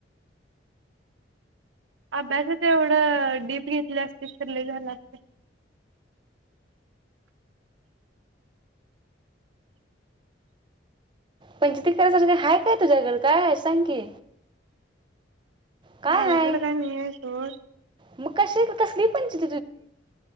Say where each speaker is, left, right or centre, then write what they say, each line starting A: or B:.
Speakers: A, on the right; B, on the right.
A: अभ्यास ते एवढं डीप घेतली असते तर लय झाला असते.
B: पंचती करायसारखे ह काय तुझ्याकड काय सांग की काय
A: माझ्याकडे
B: हाय
A: काय नाही आहे सोड
B: मग कश त कस <unintelligible>